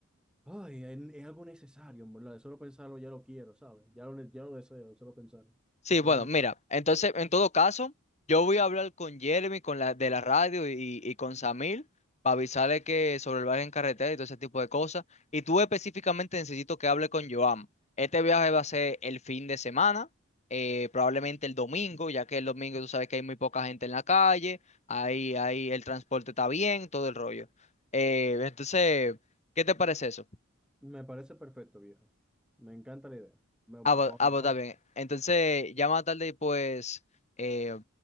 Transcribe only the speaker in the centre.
ay, es, es algo necesario, en ¿verdad? De solo pensarlo ya lo quiero, ¿sabes? Ya lo, ne- ya lo deseo, de solo pensarlo.
Entonces,
me parece perfecto, viejo. Me encanta la idea. Me, va-
va-